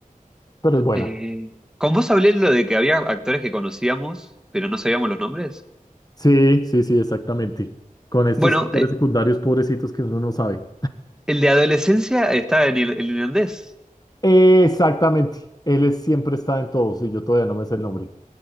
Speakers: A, on the left; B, in the centre.
A: Pero es buena.
B: Eh, ¿con vos hablé lo de que había actores que conocíamos, pero no sabíamos los nombres?
A: Sí, sí, sí, exactamente. Con estos
B: Bueno,
A: actores
B: eh,
A: secundarios pobrecitos que uno no sabe.
B: el de adolescencia está en el, el irlandés. <laughs>
A: Exactamente. Él es- siempre está en todos y yo todavía no me sé el nombre.